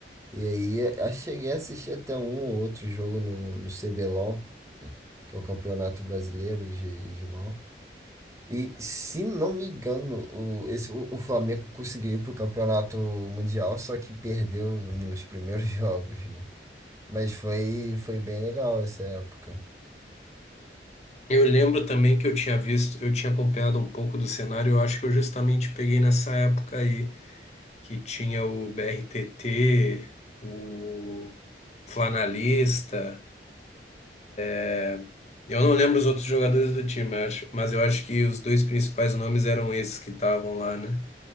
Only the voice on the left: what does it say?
Eu lembro também que eu tinha visto, eu tinha acompanhado um pouco do cenário, eu acho que eu justamente peguei nessa época aí, que tinha o BRTT, o Flanalista. é, Eu não lembro os outros jogadores do time, eu acho, mas eu acho que os dois principais nomes eram esses que estavam lá, né?